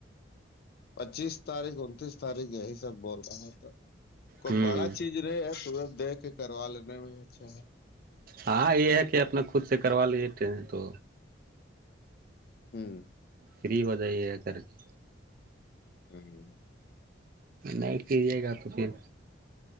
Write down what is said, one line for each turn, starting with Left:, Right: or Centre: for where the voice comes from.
Left: پچیس تاریخ انتیس تاریخ یہی سب بول رہا ہوں تو کوئی
Right: ہوں
Left: بڑا چیز رہے ہیں سورت دیک کے کروا لینے میں اچھا ہے
Right: ہاں یہ ہے کہ اپنا خود سے کروا لیجیے ٹرین تو
Left: ہوں
Right: فری ہو جائی یہ کر کے
Left: ہوں،
Right: نہیں پے گا تو پھر